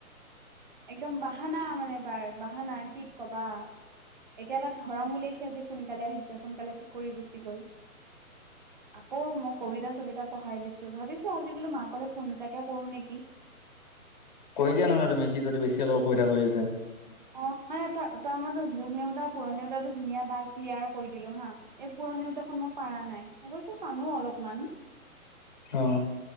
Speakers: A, on the right; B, on the left.
A: একদম বাহানা মানে তাৰ বাহানা কি কবা এতিয়া তাক ধৰাম বুলি সি আজি সোনকালে আহিছে সোনকালে সি কৰি গুচি গল। আকৌ মই কবিতা চবিতা পঢ়াই দিছো ভাবিছো আজি বোলো মাকলে ফোন এটাকে কৰো নেকি।
B: কৰি দিয়া নহলে তুমি সি যদি বেছি অসুবিধা কৰি আছে
A: অ', মানে তাৰ মই যুগ নেওতা পুৰণ নেউতাটো ধুনীয়াকেই ক্লিয়াৰ কৰি দিলো হা এই পুৰণ নেউতাখন মই পাৰা নাই অৱশ্যয়ে টানো অলপমান।
B: অ'